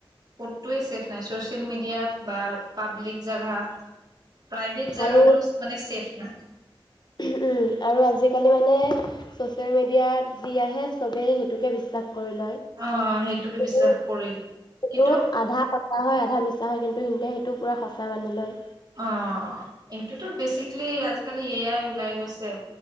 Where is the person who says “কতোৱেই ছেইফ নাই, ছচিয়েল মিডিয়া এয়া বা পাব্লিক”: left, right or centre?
Right